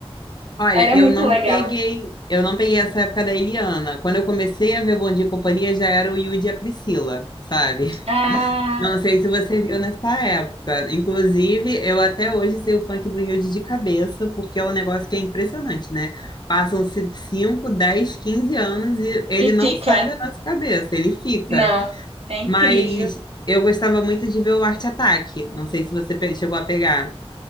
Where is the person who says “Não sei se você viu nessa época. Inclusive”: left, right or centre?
Left